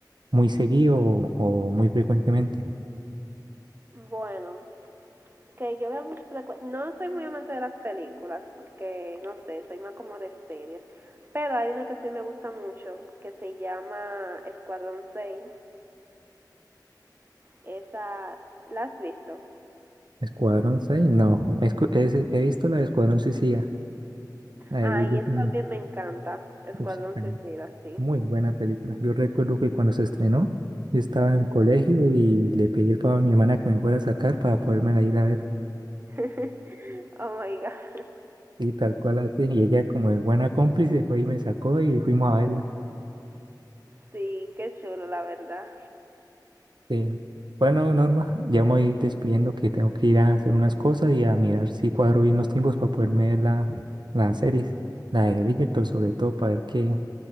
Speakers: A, on the right; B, on the right.
A: muy seguido o, o muy frecuentemente.
B: Bueno, que yo veo mucho frecu- No soy muy amante de las películas, porque no sé, soy más como de series. Pero hay una que sí me gusta mucho, que se llama Escuadrón 6. Esa, ¿la has visto?
A: Escuadrón 6, no, Escu- es- he visto la de Escuadrón Suicida, la
B: Ah,
A: de Will
B: y esa
A: Smith.
B: también me encanta. Escuadrón
A: Uf,
B: Suicida, sí.
A: Muy buena película. Yo recuerdo que cuando se estrenó, yo estaba en el colegio y le pedí el favor a mi hermana que me fuera a sacar para podérmela ir a ver.
B: <laughs> oh my god.
A: Y tal cual así. Y ella, como de buena cómplice, fue y me sacó y fuimos a verla.
B: Sí, qué chulo, la verdad.
A: Eh, bueno, Norma, ya me voy despidiendo que tengo que ir a hacer unas cosas y a mirar si cuadro bien los tiempos para poderme ver la, la series, la de Bridgerton, sobre todo, para ver qué,